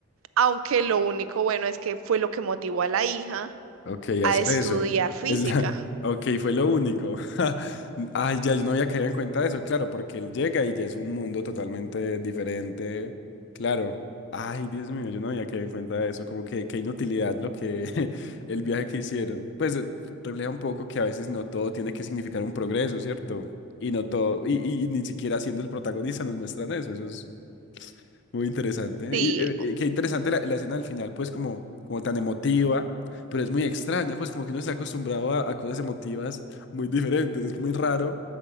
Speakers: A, on the right (about 80°); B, on the left (about 55°).
A: aunque lo único bueno es que fue lo que motivó a la hija
B: Ok,
A: a
B: hacer
A: estudiar
B: eso.
A: física.
B: Es la... <laughs> Ok, fue lo único. <laughs> Ay, ya, yo no había caído en cuenta de eso, claro, porque él llega y ya es un mundo totalmente diferente. Claro. Ay, Dios mío, yo no había caído en cuenta de eso. Como que qué inutilidad lo que <laughs> el viaje que hicieron. Pues eh, refleja un poco que a veces no todo tiene que significar un progreso, ¿cierto? Y no todo, y, y- y ni siquiera siendo el protagonista nos muestran eso. Eso es muy interesante.
A: Sí,
B: Y eh, eh, qué interesante la, la escena al final, pues como, como tan emotiva, pero es muy extraña, pues como que uno está acostumbrado a, a cosas emotivas muy diferentes. Es muy raro